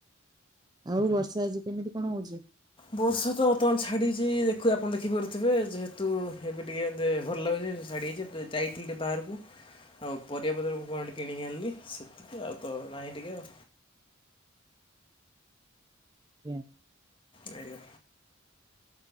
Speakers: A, on the right; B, on the left.
A: ଆଉ ବର୍ଷା ଆଜି କେମିତି କଣ ହଉଚି?
B: ବର୍ଷାତ ବର୍ତ୍ତମାନ୍ ଛାଡ଼ିଚି ଦେଖୁ ଆପଣ ଦେଖିପାରୁଥିବେ ଯେହେତୁ ଏବେ ଟିକେ ଇନ୍ତି ଭଲ ଲାଗୁଚି। ଛାଡ଼ିଯାଇଚି ଏବେ ଯାଇଥିଲି ଟିକେ ବାହାରକୁ ଆଉ ପରିବାପତ୍ରକୁ କଣ ଟିକି କିଣିକି ଆଣିଲି ସେତିକି ଆଉତ ନାହିଁ ଟିକେ ଆଉ।
A: ଆଜ୍ଞା।
B: ଆଜ୍ଞା।